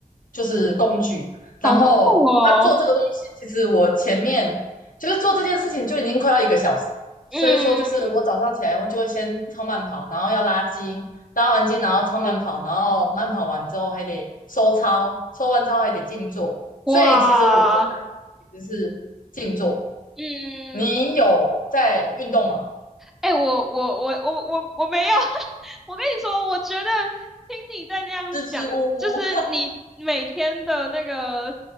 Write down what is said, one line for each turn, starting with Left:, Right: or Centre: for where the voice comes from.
Left: 就是工具。然后他做这个东西，
Centre: 好酷哦。
Left: 其实我前面就是做这件事情就已经快要一个小时，所以说就是我早上起来我就会先超慢跑，
Centre: 嗯，
Left: 然后要拉筋，拉完筋然后超慢跑，然后慢跑完之后还得收操，收完之后还得静坐。
Centre: 哇，
Left: 所以其实我最大的目的其实是静坐。
Centre: 嗯，
Left: 你有在运动吗？
Centre: 哎，我我我我我我没有，<laughs> 我跟你说，我觉得听你在这样讲，
Left: 支支吾吾，
Centre: 就是你每天的那个